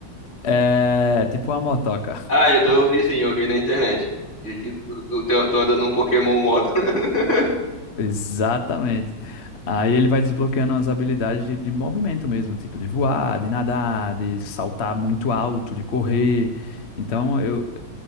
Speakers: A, on the left; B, on the left.
A: é tipo uma motoca. <laughs>
B: Ah, eu, tô, eu vi sim, eu vi na internet. Que- que Tu, tu, tu tu anda num Pokémon moto. <laughs>
A: Exatamente. Aí ele vai desbloqueando as habilidades de, de movimento mesmo, tipo de voar, de nadar, de saltar muito alto, de correr. Então, eu,